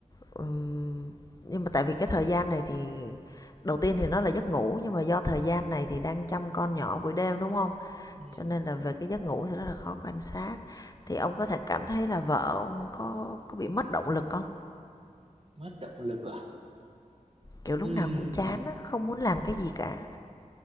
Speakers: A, on the left (about 30°); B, on the right (about 45°).
A: ừm, nhưng mà tại vì cái thời gian này thì đầu tiên thì nó là giấc ngủ nhưng mà do thời gian này thì đang chăm con nhỏ buổi đêm đúng không
B: ừm,
A: cho nên là về cái giấc ngủ thì rất là khó quan sát thì ông có thể cảm thấy là vợ ông có có bị mất động lực không
B: mất động lực à?
A: kiểu lúc
B: Ừm,
A: nào cũng chán không muốn làm cái gì cả